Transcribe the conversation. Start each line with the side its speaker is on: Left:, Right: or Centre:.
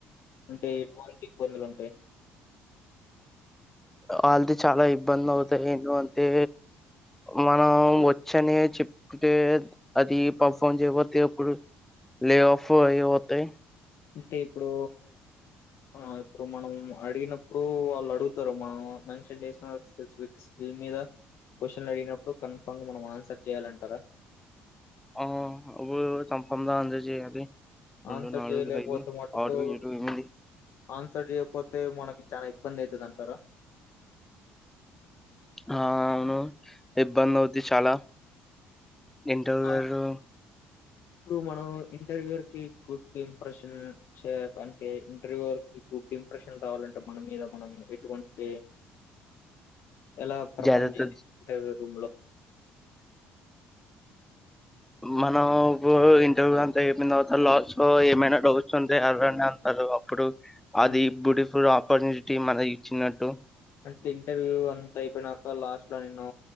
Left: అంటే పాలట్ ఇబ్బందులు ఉంటాయి
Centre: వాళ్ళది చాలా ఇబ్బంది అవుతాయి ఎందు అంటే మనం వచ్చనే చెప్తే అది పర్ఫార్మ్ చేయపోతే ఇప్పుడు లే ఆఫ్యితే
Left: అంటే ఇప్పుడు ఆ ఇప్పుడు మనం అడిగినప్పు ఇప్పుడు వాళ్ళు అడుగుతారు మనం మెన్షన్ చేసిన స్పఫిక్ స్కల్ మీద క్వశ్చన్ అడిగినప్పుడు కన్ఫామ్ గా మనం ఆన్సర్ చేయాలంటారా
Centre: ఆ అ సంఫమ్ దా అంద చేయాలి రెండు
Left: ఆన్సర్
Centre: నాలుగు
Left: చేయలేకపోతే
Centre: ఐదు
Left: మటుకు
Centre: ఆరు ఏడు ఎనిమిది
Left: ఆన్సర్ చేయపోతే మనకి చాలా ఇబ్బంది అవుతుది అంటారా
Centre: ఆ అవును ఇబ్బంది అవుది చాలా ఇంట్యూరు
Left: ఆ ఇప్పుడు మనం ఇంటర్వ్యూ కి గుడ్ ఇంప్రెషన్ అంటే ఇంటర్వ్యూ గుడ్ ఇంప్రెషన్ రావాలంటే మన మీద మనం ఎటువంటి ఎలా పర్ఫార్న్
Centre: జాగ్రత్త
Left: చేయి రూమ్ లో
Centre: మనం ఇంటర్వ్యూ అంతా ఏమిన తర్వాత లాస్ ఏమైనా డౌట్స్ ఉంది ఎరని అంత అప్పుడు అది
Left: అం
Centre: బ్యూటిఫుల్ ఆపర్చునిటీ మనకి ఇచ్చన్నట్టు
Left: అంటే ఇంటర్వ్యూ అంత అయిపోయినాక లాస్ట్ లో నేను